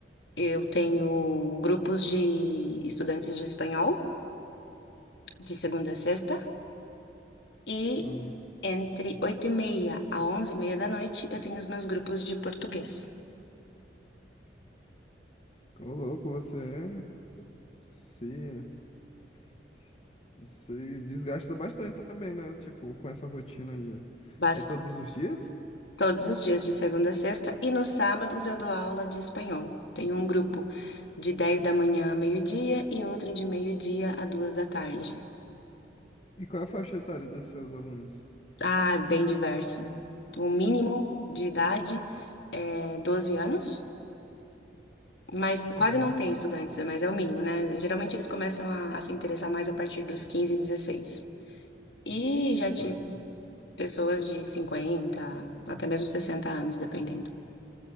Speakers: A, on the left; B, on the left.
A: Eu tenho grupos de estudantes de espanhol, de segunda a sexta, e
B: Aham.
A: entre 8 e meia a 11 e meia da noite eu tenho os meus grupos de português.
B: Ô, louco, você se, se desgasta bastante também, né? Tipo, com essa rotina de.
A: Basta.
B: É todos os dias?
A: Todos os dias, de segunda a sexta, e nos sábados eu dou aula de espanhol. Tenho um grupo de 10 da manhã a meio-dia e outro de meio-dia a duas da tarde.
B: E qual é a faixa etária desses seus alunos?
A: Ah, bem diverso. O mínimo de idade é 12 anos. Mas quase
B: Uhum.
A: não tem estudantes, né? mas é o mínimo, né? Geralmente eles começam a, a se interessar mais a partir dos 15, dezesseis E já
B: Certo,
A: tive pessoas de 50 até mesmo 60 anos, dependendo.